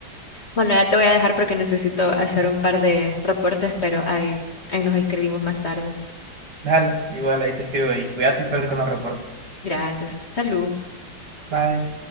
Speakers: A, on the left; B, on the right.
A: Bueno, ya te voy a dejar porque necesito hacer un par de reportes, pero ahí, ahí nos escribimos más tarde.
B: dale, igual ahí te escribo y cuídate y suerte con los reportes.
A: Gracias. Salud.
B: Bye.